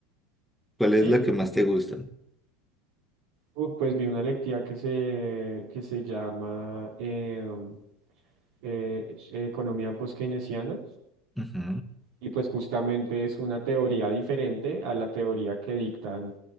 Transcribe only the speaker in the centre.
¿Cuál
es la
que más te gusta?
Ujú,